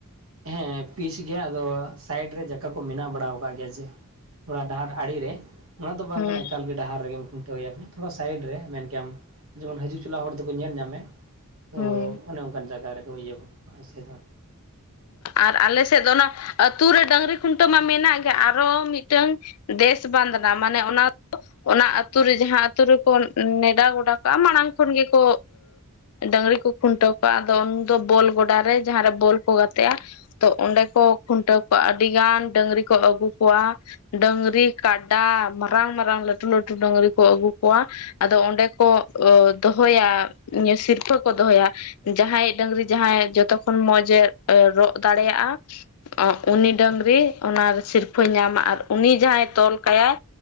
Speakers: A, on the right; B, on the left.
A: ᱦᱮᱸ ᱯᱤᱪ ᱜᱮᱭᱟ ᱟᱫᱚ ᱥᱟᱭᱤᱰ ᱨᱮ ᱡᱟᱭᱜᱟ ᱠᱚ ᱢᱮᱱᱟᱜ ᱵᱟᱲᱟ ᱟᱠᱟᱫ ᱜᱮᱭᱟ ᱡᱮ ᱛᱷᱚᱲᱟ ᱰᱟᱦᱟᱨ ᱟᱲᱮ ᱨᱮ ᱱᱚᱣᱟ ᱫᱚ ᱵᱟᱝ
B: ᱦᱩᱸ
A: ᱠᱟᱱᱟ ᱮᱠᱟᱞᱜᱮ ᱰᱟᱦᱟᱨ ᱨᱮᱜᱮ ᱛᱷᱚᱲᱟ ᱥᱟᱭᱤᱰ ᱨᱮ ᱢᱮᱱ ᱠᱮᱭᱟᱢ ᱡᱮᱢᱚᱱ ᱦᱤᱡᱩᱜ ᱪᱟᱞᱟᱜ ᱦᱚᱲ ᱫᱚᱠᱚ ᱧᱮᱞ ᱧᱟᱢᱮ ᱛᱚ
B: ᱦᱩᱸ
A: ᱚᱱᱮ ᱚᱱᱠᱟᱱ ᱡᱟᱭᱜᱟ ᱨᱮᱠᱚ ᱤᱭᱟᱹ ᱮᱥᱮᱫ ᱫᱟ
B: ᱟᱨ ᱟᱞᱮ ᱥᱮᱫ ᱫᱚ ᱚᱱᱟ ᱟᱹᱛᱩ ᱨᱮ ᱰᱟᱹᱝᱨᱤ ᱠᱷᱩᱱᱴᱟᱹᱣ ᱢᱟ ᱢᱮᱱᱟᱜ ᱜᱮ ᱟᱨᱚ ᱢᱤᱫᱴᱟᱝ ᱫᱮᱥ ᱵᱟᱸᱫᱱᱟ ᱢᱟᱱᱮ ᱚᱱᱟ ᱚᱱᱟ ᱟᱹᱛᱩ ᱨᱮ ᱡᱟᱦᱟᱸ ᱟᱛᱳ ᱨᱮᱠᱚ ᱱᱮᱰᱟ ᱜᱚᱰᱟ ᱠᱟᱜᱼᱟ ᱢᱟᱲᱟᱝ ᱠᱷᱚᱱ ᱜᱮ ᱠᱚ ᱰᱟᱹᱝᱨᱤ ᱠᱚ ᱠᱷᱩᱱᱴᱟᱹᱣ ᱠᱚᱣᱟ ᱟᱫᱚ ᱩᱱ ᱫᱚ ᱵᱚᱞ ᱜᱚᱰᱟ ᱨᱮ ᱡᱟᱦᱟᱸᱨᱮ ᱵᱚᱞ ᱠᱚ ᱜᱟᱛᱮ ᱛᱚᱭᱟ ᱚᱸᱰᱮ ᱠᱚ ᱠᱷᱩᱱᱴᱟᱹᱣ ᱠᱚᱣᱟ ᱟᱹᱰᱤ ᱜᱟᱱ ᱰᱟᱹᱝᱨᱤ ᱠᱚ ᱟᱹᱜᱩ ᱠᱚᱣᱟ ᱾ ᱰᱟᱹᱝᱨᱤ ᱠᱟᱰᱟ ᱢᱟᱨᱟᱝ ᱢᱟᱨᱟᱝ ᱞᱟᱹᱴᱩ ᱞᱟᱹᱴᱩ ᱰᱟᱹᱝᱨᱤ ᱠᱚ ᱟᱹᱜᱩ ᱠᱚᱣᱟ ᱾ ᱟᱫᱚ ᱚᱸᱰᱮ ᱠᱚ ᱫᱚᱦᱚᱭᱟ ᱥᱤᱨᱯᱟᱹ ᱠᱚ ᱫᱚᱦᱚᱭᱟ ᱾ ᱡᱟᱦᱟᱸᱭ ᱰᱟᱝᱨᱤ ᱡᱟᱦᱟᱸᱭ ᱡᱚᱛᱚᱠᱷᱚᱱ ᱢᱚᱸᱡᱽ ᱮ ᱨᱚᱜ ᱫᱟᱲᱮᱭᱟᱜᱼᱟ ᱾ ᱟᱜ ᱩᱱᱤ ᱰᱟᱝᱨᱤ ᱚᱱᱟ ᱥᱤᱨᱯᱟᱹ ᱧᱟᱢᱟ ᱟᱨ ᱩᱱᱤ ᱡᱟᱦᱟᱸᱭ ᱛᱚᱞ ᱠᱟᱭᱟᱭ